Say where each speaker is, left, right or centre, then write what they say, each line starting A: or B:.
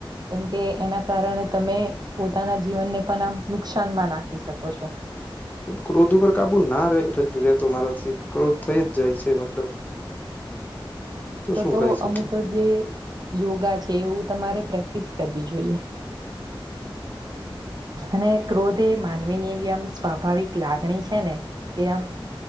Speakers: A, on the right; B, on the left.
A: કેમ કે એના કારણે તમે પોતાના જીવનને પણ આમ નુકસાન સ્થાનમાં નાખી શકો છો.
B: ક્રોધ ઉપર કાબુ ના રેતો મારાથી ક્રોધ થઈ જ જાય છે મતલબ.
A: તો
B: શું
A: તો
B: કરી શકું
A: અમુક જે યોગા છે. તેવું તમારે પ્રેક્ટિસ કરવી જોઈએ. અને ક્રોધ એ માનવીનીવી આમ સ્વાભાવિક લાગણી છે ને કે આમ